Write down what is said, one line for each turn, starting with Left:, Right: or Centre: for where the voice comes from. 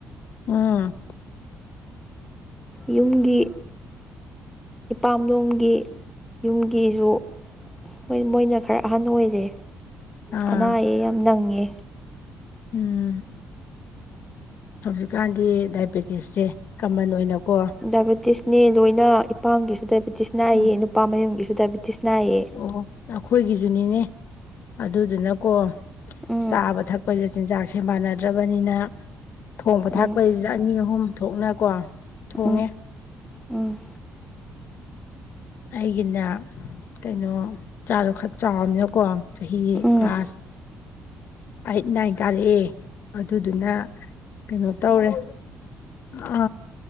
Left: ꯎꯝ
Centre: ꯌꯨꯝꯒꯤ ꯏꯄꯥꯝꯂꯣꯝꯒꯤ ꯌꯨꯝꯒꯤꯖꯨ ꯍꯣꯏ ꯃꯣꯏꯅ ꯈꯔ ꯑꯍꯟ ꯑꯣꯏꯔꯦ
Left: ꯑꯥ
Centre: ꯑꯅꯥ ꯑꯌꯦꯛ ꯌꯥꯝ ꯅꯪꯉꯦ
Left: ꯎꯝ ꯍꯧꯖꯤꯛꯀꯥꯟꯗꯤ ꯗꯥꯏꯕꯦꯇꯤꯁꯁꯦ ꯀꯃꯟ ꯑꯣꯏꯅꯀꯣ
Centre: ꯗꯥꯏꯕꯤꯇꯤꯁꯅꯦ ꯂꯣꯏꯅ ꯏꯄꯥꯝꯒꯤꯁꯨ ꯗꯥꯏꯕꯤꯇꯤꯁ ꯅꯥꯏꯌꯦ
Left: ꯎꯝ
Centre: ꯅꯨꯄꯥ ꯃꯌꯨꯝꯒꯤꯖꯨ ꯗꯥꯏꯕꯤꯇꯤꯁ ꯅꯥꯏꯌꯦ
Left: ꯑꯣ ꯑꯩꯈꯣꯏꯒꯤꯖꯨꯅꯤꯅꯦ ꯑꯗꯨꯗꯨꯅꯀꯣ
Centre: ꯎꯝ
Left: ꯆꯥꯕ ꯊꯛꯄꯖꯦ ꯆꯤꯟꯖꯥꯛꯁꯦ ꯃꯥꯟꯅꯗ꯭ꯔꯕꯅꯤꯅ ꯊꯣꯡꯕ
Centre: ꯎꯝ
Left: ꯊꯥꯛꯄꯩꯖꯤꯗ ꯑꯅꯤ ꯑꯍꯨꯝ ꯊꯣꯛꯅ ꯀꯣ ꯊꯣꯡꯉꯦ
Centre: ꯊꯨꯑꯦ ꯎꯝ
Left: ꯑꯩꯒꯤꯅꯦ ꯀꯩꯅꯣ ꯏꯆꯥꯗꯣ ꯈꯔ ꯆꯥꯎꯔꯝꯅꯤꯅꯀꯣ ꯆꯍꯤ
Centre: ꯎꯝ
Left: ꯀ꯭ꯂꯥꯁ ꯑꯩꯏꯠ ꯅꯥꯏꯟ ꯀꯥꯔꯛꯑꯦ ꯑꯗꯨꯗꯨꯅ ꯀꯩꯅꯣ ꯇꯧꯔꯦ ꯑ